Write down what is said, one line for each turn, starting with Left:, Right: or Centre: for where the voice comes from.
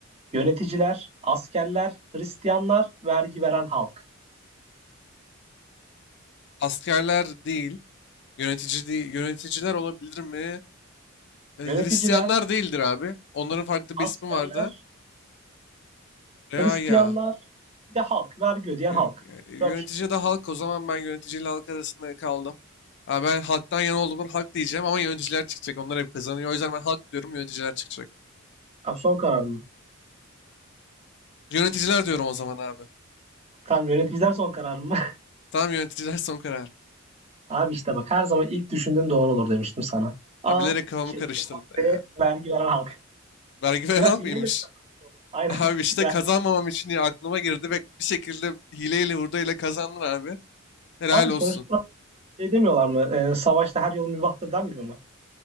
Right: Yöneticiler, askerler, Hristiyanlar, vergi veren halk.
Left: Askerler değil. Yönetici değil, yöneticiler olabilir mi? E, Hristiyanlar
Right: Yöneticiler,
Left: değildir abi. Onların farklı
Right: askerler,
Left: bir ismi vardı. Reaya.
Right: Hristiyanlar, bir de halk, vergi ödeyen
Left: Yö-
Right: halk.
Left: Yönetici
Right: Dört şık.
Left: de halk. O zaman ben yöneticiyle halk arasında kaldım. Ha, ben halktan yana olduğumdan halk diyeceğim ama yöneticiler çıkacak. Onlar hep kazanıyor. O yüzden ben halk diyorum, yöneticiler çıkacak.
Right: Abi son karar
Left: Yöneticiler diyorum o zaman abi.
Right: Tam yöneticiler son karar mı?
Left: Tamam yöneticiler son karar.
Right: <laughs> Abi işte bak her zaman ilk düşündüğün doğru olur demiştim sana. A
Left: Abi bilerek kafamı
Right: şey
Left: karıştırdı
Right: cevap B
Left: ya.
Right: vergi veren halk.
Left: Vergi veren
Right: <laughs> Biraz
Left: halk
Right: hileyle
Left: mıymış?
Right: mi kazanmış
Left: <laughs>
Right: oğlum? Aynen.
Left: Abi işte
Right: <laughs> Ya,
Left: kazanmamam için diye aklıma girdi ve bir şekilde hileyle hurdayla kazandın abi. Helal
Right: Abi
Left: olsun.
Right: sonuçta şey demiyorlar mı? Ee, savaşta her yol mübahtır denmiyor mu?